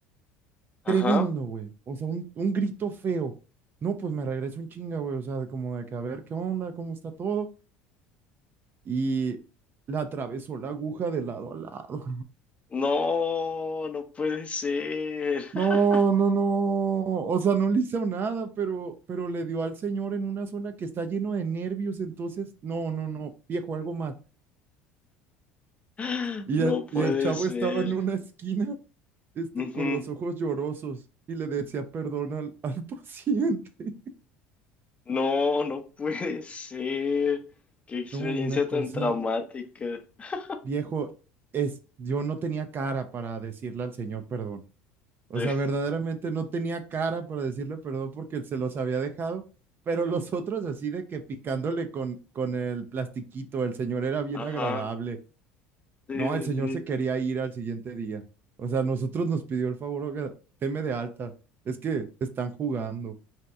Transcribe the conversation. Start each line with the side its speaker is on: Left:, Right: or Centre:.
Left: ajá,
Right: Tremendo, güey. O sea, un, un grito feo. No, pues me regreso un chinga, güey. O sea, de como de que a ver qué onda, cómo está todo. Y la atravesó la aguja de lado a lado.
Left: no, no puede ser.
Right: No,
Left: <laughs>
Right: no, no. O sea, no le hizo nada, pero, pero le dio al señor en una zona que está lleno de nervios. Entonces, no, no, no, viejo, algo mal.
Left: <gasps>
Right: Y
Left: No
Right: el,
Left: puede
Right: y el chavo
Left: ser.
Right: estaba en una esquina, este,
Left: Ujú.
Right: con los ojos llorosos y le decía perdón al, al <laughs> paciente.
Left: No, no puede ser. Qué experiencia
Right: No, una cosa,
Left: tan traumática. <laughs>
Right: viejo, es, yo no tenía cara para decirle al señor perdón. O
Left: Sí.
Right: sea, verdaderamente no tenía cara para decirle perdón porque se los había dejado, pero los otros así de que picándole con, con el plastiquito, el señor era bien
Left: Ajá.
Right: agradable.
Left: Sí,
Right: No, el señor
Left: sí, sí.
Right: se quería ir al siguiente día. O sea, nosotros nos pidió el favor, oiga, teme de alta, es que están jugando.